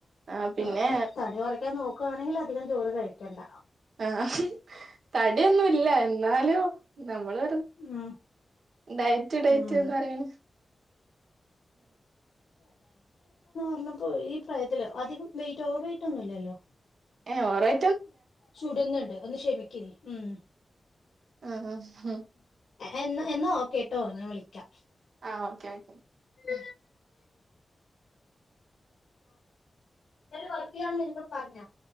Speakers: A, on the right (about 80°); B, on the left (about 85°).
A: ആഹ് പിന്നെ
B: ഓക്കെ തടി കൊറക്കാൻ നോ ക്കുവാണെങ്കിൽ അധികം ചോറ് കഴിക്കണ്ട.
A: ആ തടിയൊന്നും ഇല്ല ഇന്നാലും. നമ്മള്
B: ഉം
A: ഡയറ്റ് ഡയറ്റ്ന്ന്
B: ഉം
A: പറയും
B: പ പ്പോ ഈ പ്രായത്തില അധികം വെയിറ്റ് ഓവർ വെയിറ്റ് ഒന്നും ഇല്ലല്ലോ.
A: ഏ ഓവർവെ
B: ചുടുന്നുണ്ട്. ഒന്ന് ക്ഷമിക്കി ഉം.
A: ആഹ് ആഹ് ഹാ.
B: എന്ന എന്നോ ഓകേ ട്ടോ ഞാൻ വിളിക്കാം.
A: ആ ഓക്കെ ക്കെ.
B: <inaudible> ഞാൻ ഒരു വർക്കിലാണ് നിന്നോട് പറഞ്ഞോ.